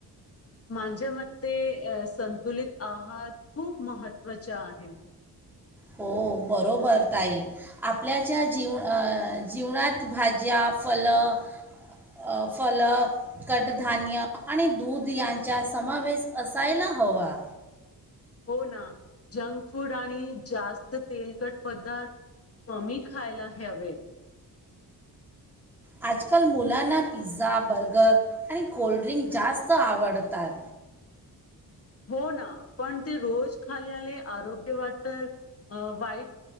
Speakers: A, on the left; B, in the centre.
A: माझ्या मते संतुलित आहार खूप महत्त्वाचा आहे.
B: हो बरोबर ताई. आपल्याच्या जीव अ जीवनात, भाज्या फल अ फल कटधान्य आणि दूध यांचा समावेश असायला हवा.
A: हो ना जंक फूड आणि जास्त तेलकट पदार्थ कमी खायला ह्यावेत.
B: आजकाल मुलांना पिझ्झा बर्गर आणि कोल्ड्रिंक जास्त आवडतात.
A: हो ना पण ते रोज खाल्याले आरोग्य वाटत अ वाईट